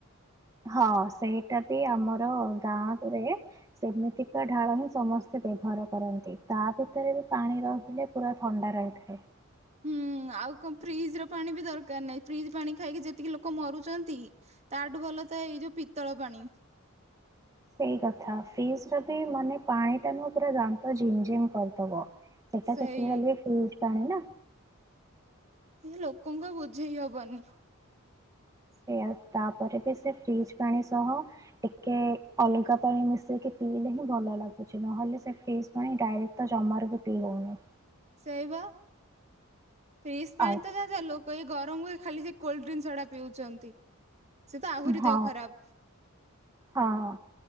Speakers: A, on the right (about 15°); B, on the right (about 30°).
A: ହଁ ସେଇଟା ବି ଆମର ଗାଁରେ ସେମିତିକା ଢାଳ ହିଁ ସମସ୍ତେ ବ୍ୟବହାର କରନ୍ତି ତା ଭିତରେ ବି ପାଣି ରହିଲେ ପୁରା ଥଣ୍ଡା ରହିଥାଏ।
B: ହୁଁ ଆଉ କଣ ଫ୍ରିଜ ର ପାଣି ବି ଦରକାର ନାହିଁ ଫ୍ରିଜ ପାଣି ଖାଇକି ଯେତିକି ଲୋକ ମରୁଛନ୍ତି ତାଠୁ ଭଲ ଥାଏ ଏଇ ଯୋଉ ପିତ୍ତଳ ପାଣି।
A: ସେଇ କଥା ଫ୍ରିଜ୍ ର ବି ମାନେ ପାଣି ଟା ନୁ ପୁରା ଦାନ୍ତ ଝିମଝିମ କରିଦବ। ସେଇଟା
B: ସେଇ
A: ସେତିକି ହେଲେ ଫ୍ରିଜ ପାଣି ନା।
B: ସେ ଲୋକଙ୍କ ବୁଝେଇ ହବନି।
A: ସେଉ ତାପରେ ବି ସେ ଫ୍ରିଜ ପାଣି ସହ ଟିକେ ଅଲଗା ପାଣି ମିଶେଇକି ପିଇଲେ ହିଁ ଭଲ ଲାଗୁଛି ନହେଲେ। ସେ ଫ୍ରିଜ୍ ପାଣି ଟା। ତ ଜମାରୁ ବି ପି ହଉନି।
B: ସେଇବା। ଫ୍ରିଜ ପାଣି
A: ଆଉ
B: ତ ଯା ଲୋକ। ଗରମ ହୁଏ ଖାଲି ସେ କୋଲ୍ଡରୀଙ୍କ ଗୁଡା ପିଉଛନ୍ତି। ସେ ତ ଆହୁରି
A: ହଁ
B: ଦେହ ଖରାପ
A: ହଁ